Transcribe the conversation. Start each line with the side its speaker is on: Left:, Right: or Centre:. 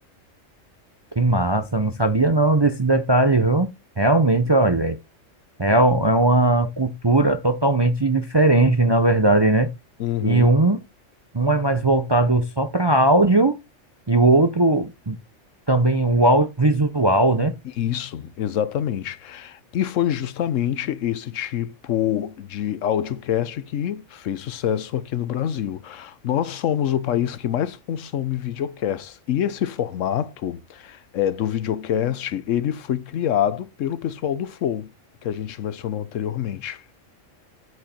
Right: Que massa, não sabia não desse detalhe, viu? Realmente, olha. É, u- é uma cultura totalmente diferente, na verdade, né?
Left: Uhum.
Right: E um, um é mais voltado só para áudio e o outro também o audiovisual, né?
Left: Isso, exatamente. E foi justamente esse tipo de audiocast que fez sucesso aqui no Brasil. Nós somos o país que mais consome videocast. E esse formato é, do videocast, ele foi criado pelo pessoal do Flow, que a gente mencionou anteriormente.